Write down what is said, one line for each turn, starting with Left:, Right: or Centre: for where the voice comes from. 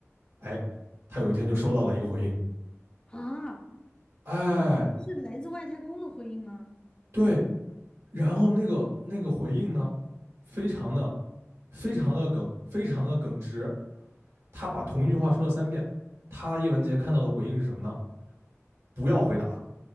Right: 哎，他有一天就收到了一个回应，
Left: 啊，
Right: 哎，
Left: 哇，这是来自外太空的回应吗？
Right: 对。然后那个那个回应呢，非常的非常的耿，非常的耿直。他把同一句话说了三遍。他叶文洁看到的回应是什么呢？不要回答，